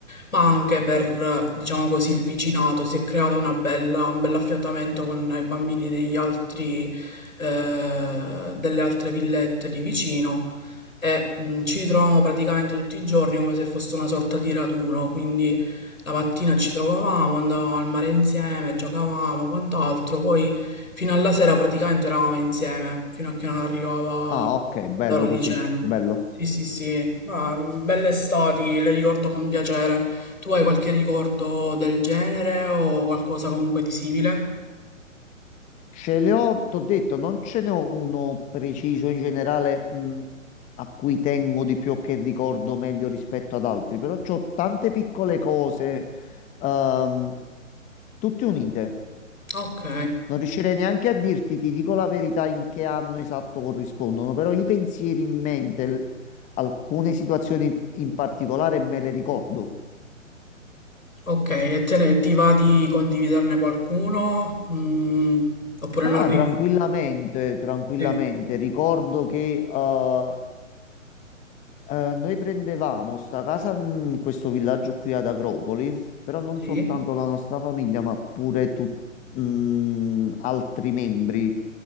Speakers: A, on the left; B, on the left.
A: ma anche per, diciamo così, il vicinato si è creato una bella, un bel affiatamento con i bambini degli altri, eh, delle altre villette di vicino e mh, ci ritroviamo praticamente tutti i giorni come se fosse una sorta di raduno, quindi la mattina ci trovavamo, andavamo al mare insieme, giocavamo, quant'altro, poi fino alla sera praticamente eravamo insieme, fino a che non arrivava
B: Ah, ok, bello
A: l'ora di
B: così,
A: cena.
B: bello.
A: Sì, sì, sì, ma mm, belle estati, le ricordo con piacere. Tu hai qualche ricordo del genere o qualcosa comunque di simile?
B: Ce le ho, t'ho detto, non ce ne ho uno preciso in generale, mh, a cui tengo di più o che ricordo meglio rispetto ad altri, però c'ho tante piccole cose, ehm, tutte unite.
A: Ok,
B: Non riuscirei neanche a dirti, ti dico la verità, in che anno esatto corrispondono, però i pensieri in mente, l- alcune situazioni in particolare me le ricordo.
A: ok, e te ne ti va di condividerne qualcuno? Mm, oppure
B: Ah,
A: non ricordo?
B: tranquillamente, tranquillamente.
A: Sì,
B: Ricordo che eh, eh, noi prendevamo sta casa in questo villaggio qui ad Agropoli, però non
A: sì,
B: soltanto la nostra famiglia, ma pure tu- mh, altri membri.